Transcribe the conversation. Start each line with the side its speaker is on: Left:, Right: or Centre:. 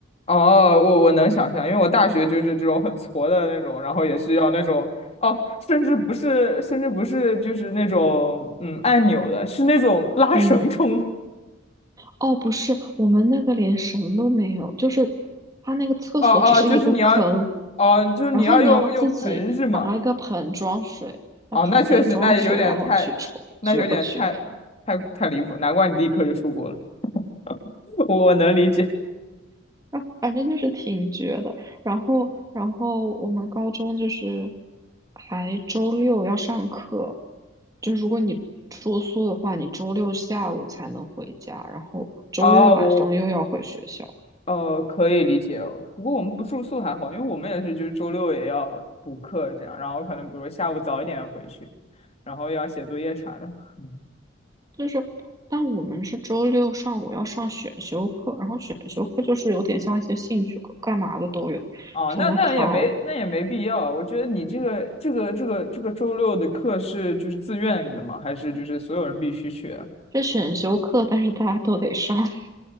Left: 哦，我我能想象，因为我大学就是这种很挫的那种，然后也是要那种，哦，甚至不是，甚至不是就是那种嗯按钮的，是那种拉绳冲的。
Right: 嗯，哦，不是，我们那个连绳都没有，就是它那个厕所只是一个坑，
Left: 哦哦，就是你要，哦，就是你要用用盆是吗？
Right: 然后你要自己拿一个盆装水，在旁边装水，
Left: 哦，那确实，那有点太，
Right: 然后去抽，
Left: 那有点太
Right: 绝不绝？
Left: 太太离谱，难怪你立刻就出国了，<laughs> 我我能理解。
Right: <laughs> 那反正就是挺绝的。然后，然后我们高中就是还周六要上课，就如果你住宿的话，你周六下午才能回家，然后周日晚上又要回学校。
Left: 啊，我呃可以理解哦，不过我们不住宿还好，因为我们也是就是周六也要补课这样，然后可能比如下午早一点回去，然后又要写作业啥的。嗯
Right: 就是，但我们是周六上午要上选修课，然后选修课就是有点像一些兴趣课，干嘛的都有。
Left: 哦
Right: 什么陶
Left: <laughs>，那那也没那也没必要，我觉得你这个这个这个这个周六的课是就是自愿的吗？还是就是所有人必须去啊
Right: 这选修课，但是大家都得上，<laughs>